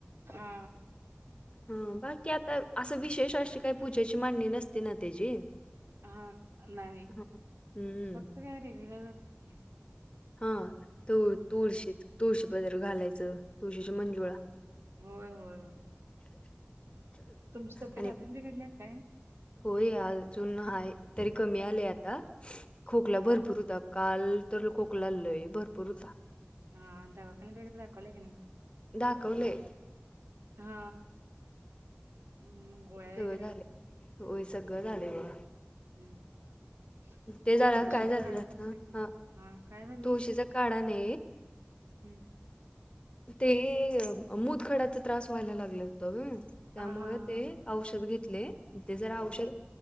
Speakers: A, on the right; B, on the left.
A: हा.
B: ह बाकी आता असं विशेष अशी काही पूजेची मांडणी नसते ना त्याची.
A: हा नाही
B: हं. हम्म
A: फक्त काय रेग्युलर होत हो.
B: हा तळ तुळशी तुळशी पदार घालायचं. तुळशीची मंजुळा.
A: हो होय होय होय तुमची तब्येत
B: आणि
A: अजून बिघडली आहे काय?
B: होय अजून हाय तरी कमी आलेय आता खोकला
A: हा
B: भरपूर होता काल तर लय खोकला भरपूर होतता.
A: हा दवाखान्यात वगैरे दाखवला आहे का नाही
B: दाखवले.
A: हा. म गोळ्या
B: सगळ
A: वगैरे
B: झाले वय सगळं झाले बघा.
A: हम्म
B: ते झालं
A: मगं तुळशीचा
B: काय झालं
A: काडा करून पीत नाही.
B: हा
A: हा काय झालेलं
B: तुळशीच्या काढाने
A: हम्म.
B: ते मुतखड्याचा त्रास व्हायला लागला. त्यामुळे
A: हा हा हा
B: ते
A: हा.
B: औषध घेतले ते जरा
A: हम्म
B: औषध.